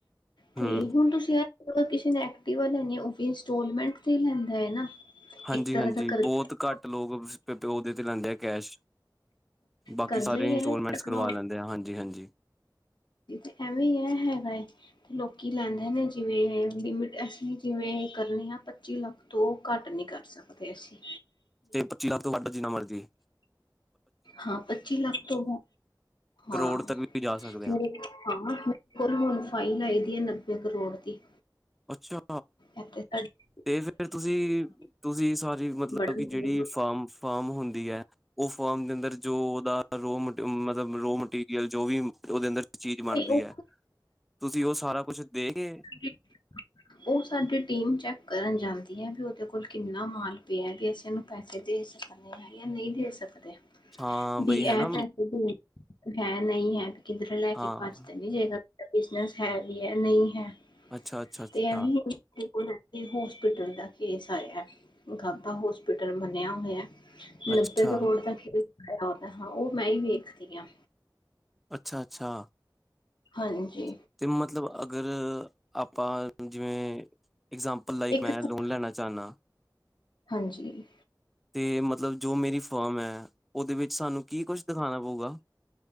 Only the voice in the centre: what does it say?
ਹਮ
ਹਾਂਜੀ,
ਹਾਂਜੀ
ਬੋਤ ਘਾੱਟ ਲੋਗ <unintelligible> ਤੇ ਲੈਂਦੈ। ਕੈਸ਼, ਬਾਕੀ
ਸਾਰੇ
ਇੰਸਟੋਲਮੈਂਟਸ
ਕਰਵਾ
ਲੈਂਦੇ ਆ ਹਾਂਜੀ, ਹਾਂਜੀ।
ਤੇ ਪੱਚੀ ਲਾੱਖ ਤੋ ਵੱਡ ਜਿੰਨਾ ਮਰਜੀ?
ਕਰੋੜ ਤੱਕ ਵੀ ਜਾ ਸਕਦੇ
ਹਾਂ
ਅੱਛਾ।
ਤੇ ਫੇਰ ਤੂਸੀ, ਤੂਸੀ ਸਾਰੀ ਮਤਲਬ
ਕਿ ਜੇੜੀ ਫਾਮਫ ਫਾਮ ਹੁੰਦੀ ਐ, ਓ ਫਾਮ ਦੇ ਅੰਦਰ ਜੋ ਓਦਾ ਰੋ ਮ, ਮਤਲਬ ਰੋ ਮਟੀਰੀਅਲ, ਜੋ ਵੀ ਓਦੇ ਅੰਦਰ ਚੀਜ ਬਾਨਦੀ
ਐ, ਤੂਸੀ ਓ ਸਾਰਾ ਕੁੱਛ ਦੇ ਕੇ
ਹਾਂ
ਬਈ ਹਨਾ
ਹਾਂ
ਅੱਛਾ ਅੱਛਾ ਅੱਛਾ
ਅੱਛਾ
ਅੱਛਾ-ਅੱਛਾ
ਅਤੇ ਮਤਲਬ ਅਗਰ ਆਪਾਂ ਜਿਵੇਂ ਇਗਜਾਮਪਲ ਲਾਇਕ
ਮੈਂ
ਲੋਨ ਲੈਣਾ ਚਾਨਾ
ਤੇ ਮਤਲਬ ਜੋ ਮੇਰੀ ਫਰਮ ਹੈ ਉਹਦੇ ਵਿੱਚ ਸਾਨੂੰ ਕੀ ਕੁਛ ਦਿਖਾਣਾ ਪਊਗਾ।